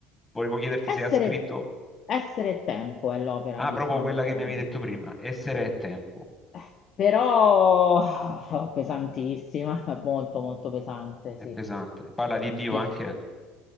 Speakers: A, on the left (about 20°); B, on the left (about 45°).
A: Volevo chiederti
B: Essere,
A: se ha scritto.
B: essere e tempo è l'opera,
A: Ah,
B: diciamo,
A: proprio quella
B: di
A: che
B: Heidi.
A: mi avevi detto prima. Essere e tempo.
B: Eh, Però <sighs> pesantissima, <laughs> molto molto pesante,
A: È
B: sì.
A: pesante. Parla di Dio
B: Sì.
A: anche?